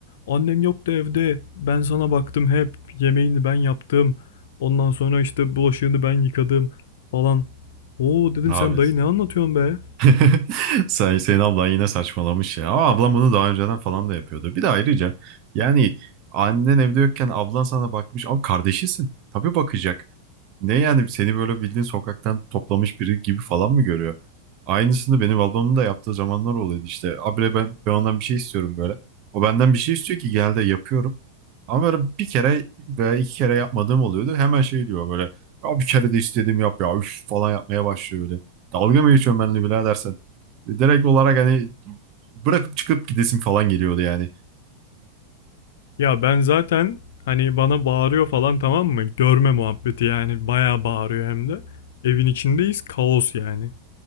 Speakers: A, on the left; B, on the right.
A: Annem yoktu evde. Ben sana baktım hep. Yemeğini ben yaptım. Ondan sonra işte bulaşığını ben yıkadım falan. Oo dedim
B: Abi
A: sen dayı ne anlatıyorsun be?
B: <laughs> Sen, senin ablan yine saçmalamış ya. Ama ablam bunu daha önceden falan da yapıyordu. Bir de ayrıca yani annen evde yokken ablan sana bakmış. Abi kardeşisin. Tabii bakacak. Ne yani seni böyle bildiğin sokaktan toplamış biri gibi falan mı görüyor? Aynısını benim ablamın da yaptığı zamanlar oluyordu işte. Abire ben, ben ondan bir şey istiyorum böyle. O benden bir şey istiyor ki genelde yapıyorum. Ama böyle bir kere veya iki kere yapmadığım oluyordu. Hemen şey diyor böyle. Ya bir kere de istedim yap ya üf falan yapmaya başlıyor Dalga mı geçiyorsun benimle birader sen? E, Direkt olarak hani bırakıp çıkıp gidesim falan geliyordu yani.
A: Ya ben zaten hani bana bağırıyor falan tamam mı? Görme muhabbeti yani bayağı bağırıyor hem de. Evin içindeyiz kaos yani.